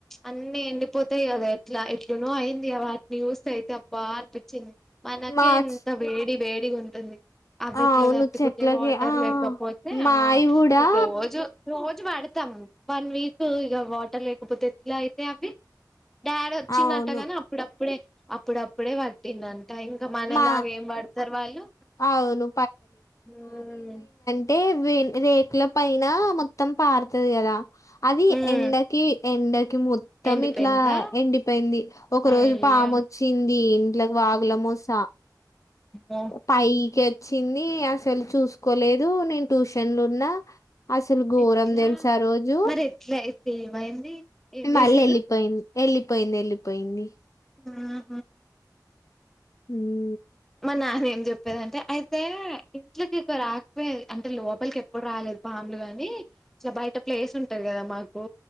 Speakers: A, in the centre; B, on the left (about 45°).
A: అన్ని ఎండిపోతు యి కదా ఎట్లా ఎట్లునో అయింది వాటిని చూస్త అయితే అబ్బా అనిపించింది మనకే
B: మార్చ్
A: ఇంత వేడి వేడి గ ఉంటుంది అవేట్లా
B: అవును
A: తట్టుకుంటాయ్
B: చెట్లకి
A: వాటర్
B: ఆ
A: లేకపోతే
B: మాయి
A: ఆ
B: కూడా
A: ఇక రోజు రోజు పడతాం వన్ వీక్ ఇక వాటర్ లేకపోతే ఎట్లా అవుత్తయ్ అవి డాడీ వచ్చిండంట
B: అవును
A: కాని అప్పుడప్పుడే అప్పుడప్పుడే పట్టిండంట ఇంకా మనలాగ
B: మా
A: ఏం పడతారు వాళ్ళు
B: అవును
A: ఉమ్
B: అంటే రేకుల పైన మొత్తం పారుతది కదా అది
A: ఉమ్
B: ఎంటకి ఎంటకి ము మొత్తం
A: ఎండిపోయిందా
B: ఇట్లా ఎండిపోయింది ఒక రోజు
A: అయ్యో
B: పాము వచ్చింది ఇంట్లోకి వాగుల మోస
A: హ
B: పైకి వచ్చింది అసలు చూసుకోలేదు నేను ట్యూషన్లు ఉన్నా అసలు ఘోరం
A: ఎట్లా
B: తెలుసా ఆ రోజు
A: మరి అయితే ఏమైంది ఏం
B: మళ్ళీ
A: చేసిర్రు
B: వెళ్ళిపోయింది వెళ్ళిపోయింది వెళ్ళిపోయింది
A: ఆహా
B: ఉ
A: మా నాన్న ఏం చెప్పేదింటే అయితే ఇంట్లకి ఇక రాకపోయ అంటే లోపలికి ఎప్పుడు రాలేదు పాములు గాని ఇలా బయట ప్లేస్ ఉంటారు కదా మాకు